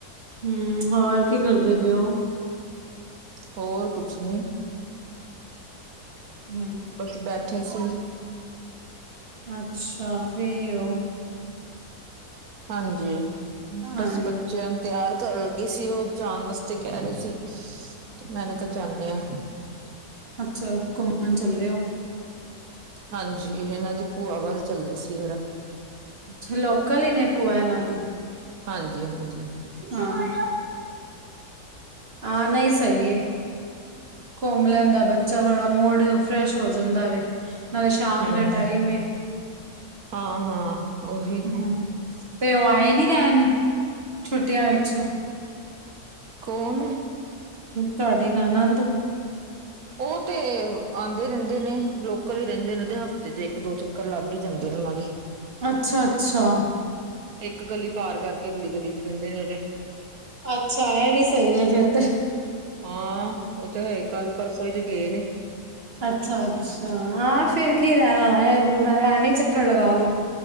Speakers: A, on the right; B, on the right.
A: ਹੂੰ ਹੋਰ ਕੀ ਕਰਦੇ ਪਏ ਔ?
B: ਹੋਰ ਕੁਛ ਨੀ,
A: ਹੂੰ,
B: ਬਸ ਬੈਠੇ ਸੀ,
A: ਅੱਛਾ ਫ੍ਰੀ ਓ?
B: ਹਾਂਜੀ,
A: ਹਾਂ
B: ਬਸ ਬੱਚਿਆਂ ਨੂੰ ਤਿਆਰ ਕਰਨ ਲੱਗੀ ਸੀ, ਉਹ ਜਾਣ ਵਾਸਤੇ ਕਹਿ ਰਹੇ ਸੀ ਤੇ ਮੈਨ ਕਿਹਾ ਜਾਂਦੇ ਆ,
A: ਅੱਛਾ ਘੁੰਮਣ ਚੱਲੇ ਔ?
B: ਹਾਂਜੀ ਇਹਨਾਂ ਦੀ ਭੂਆ ਵੱਲ ਚੱਲੇ ਸੀ ਜਰਾ,
A: ਅੱਛਾ ਲੋਕਲ ਈ ਨੇ ਪੂਆ ਇਹਨਾਂ ਦੀ?
B: ਹਾਂਜੀ-ਹਾਂਜੀ,
A: ਹਾਂ, ਹਾਂ ਨਹੀਂ ਸਈ ਐ। ਘੁੰਮ ਲੈਂਦਾ ਬੱਚਾ ਥੋੜਾ ਮੂਡ ਫਰੈਸ਼ ਹੋ ਜਾਂਦਾ ਵੇ, ਨਾਲੇ ਸ਼ਾਮ
B: ਹਮ
A: ਦਾ ਟਾਈਮ ਐ,
B: ਹਾਂ ਹਾਂ ਉਹੀ
A: ਹੂੰ ਤੇ ਉਹ ਆਏ ਨੀ ਰਹਿਣ, ਛੁੱਟੀਆਂ ਵਿੱਚ
B: ਕੋਣ?
A: ਤੁਹਾਡੇ ਨਾਲ ਆਨੰਦ
B: ਉਹ ਤੇ ਆਦੇ ਰਹਿੰਦੇ ਨੇ ਲੋਕਲ ਈ ਰਹਿੰਦੇ ਨੇ ਹਫ਼ਤੇ ਚ ਇੱਕ ਦੋ ਚ, ਲੱਗ ਈ ਜਾਂਦੇ ਨੇ ਉਹਨਾਂ ਦੇ
A: ਅੱਛਾ-ਅੱਛਾ,
B: ਇੱਕ ਗਲੀ ਪਾਰ ਕਰਕੇ ਅਗਲੀ ਗਲੀ ਚ ਰਹਿੰਦੇ ਨੇ ਜਿਹੜੇ,
A: ਅੱਛਾ ਇਹ ਵੀ ਸਈ ਐ ਫੇਰ ਤੇ,
B: ਹਾਂ ਉਹ ਤੇ ਹੈ ਕੱਲ ਪਰਸੋਂ ਈ ਤੇ ਗਏ ਨੀ,
A: ਅੱਛਾ-ਅੱਛਾ ਹਾਂ ਫਿਰ ਕੀ ਰਹਿਣਾ ਵਾ ਮੈਂ ਐਵੇਂ ਚੱਕਰ ਲਗਾ ਲੋ,